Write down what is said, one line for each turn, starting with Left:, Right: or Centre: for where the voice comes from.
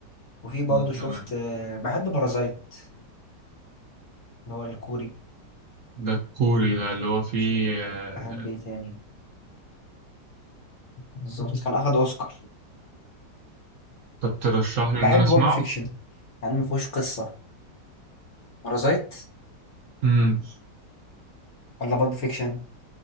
Left: وفي برضو
Right: مم.
Left: شفت
Right: تمام
Left: أه... بحب بارازايت اللي هو الكوري
Right: ده الكوري ده اللي هو فيه آه،
Left: بحب ايه تاني بالظبط كان اخد اوسكار
Right: طب ترشح لي إن
Left: بحب
Right: أنا أسمعه؟
Left: بالب فيكشن يعني ما فيهوش قصة بارازايت
Right: مم.
Left: ولا بالب فيكشن